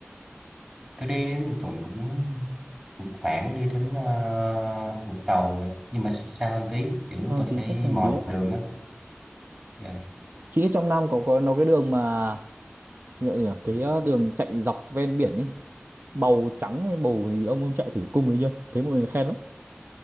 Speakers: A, on the right; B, on the right.
A: tôi đi đến Bình Thuận cũng cũng khoảng đi đến uh, Vũng Tàu vậy nhưng mà xa xa hơn tí kiểu
B: sao
A: tôi
B: tí
A: phải
B: chắc sao
A: mò
B: tí đấy
A: đường á dạ
B: chị biết trong Nam có có nó cái đường mà gọi là gì nhỉ? cái ờ, đường chạy dọc ven biển ấy bầu trắng hay bầu gì ông ông chạy thử cung ấy chưa thấy mọi người khen lắm